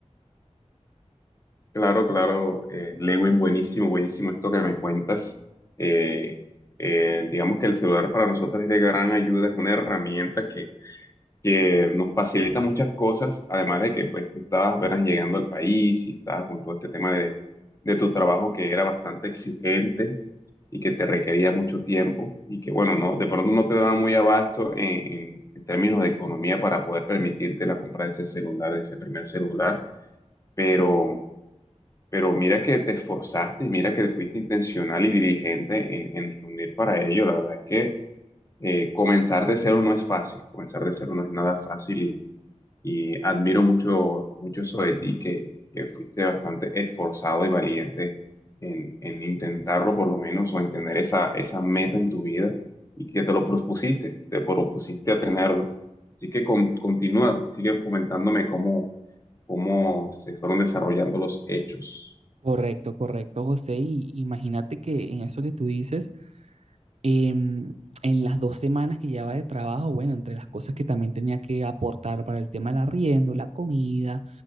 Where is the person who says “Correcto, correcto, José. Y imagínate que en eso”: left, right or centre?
Right